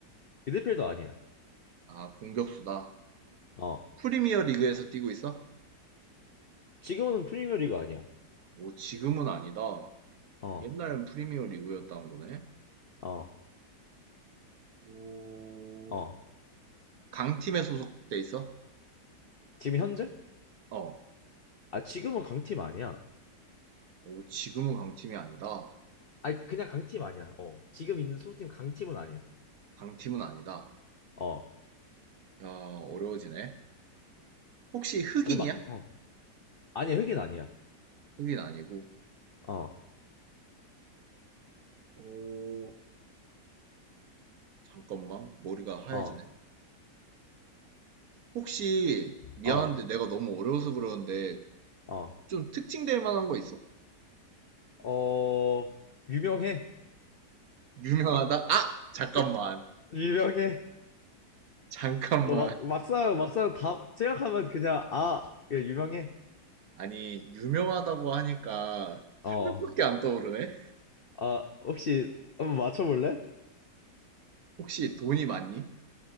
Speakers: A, on the left; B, on the right.
A: 미드필더 아니야.
B: 아, 공격수다.
A: 어.
B: 프리미어 리그에서 뛰고 있어?
A: 지금은 프리미어리가 아니야.
B: 오, 지금은 아니다.
A: 어.
B: 옛날엔 프리미어 리그였다는 거네.
A: 어,
B: 오,
A: 어.
B: 강팀에 소속돼 있어?
A: 지금 현재?
B: 어.
A: 아, 지금은 강팀 아니야.
B: 오, 지금은 강팀이 아니다.
A: 아니, 그냥 강팀 아니야. 어. 지금 있는 소속팀 강팀은 아니야.
B: 강팀은 아니다.
A: 어. 아,
B: 야, 어려워지네. 혹시 흑인이야?
A: 근데 막, 어. 아니야, 흑인 아니야.
B: 흑인 아니고.
A: 어,
B: 오, 잠깐만. 머리가 하얘지네.
A: 어,
B: 혹시, 미안한데
A: 어,
B: 내가 너무 어려워서 그러는데,
A: 어.
B: 좀 특징될 만한 거 있어?
A: 어, 유명해.
B: 유명하다? 아! 잠깐만.
A: 주- 유명해.
B: 잠깐만.
A: 너 막, 막상, 막상 답 생각하면 그냥, 아, 그냥 유명해.
B: 아니, 유명하다고 하니까, 한
A: 어.
B: 명밖에 안 떠오르네?
A: 아, 혹시 한번 맞춰볼래?
B: 혹시 돈이 많니?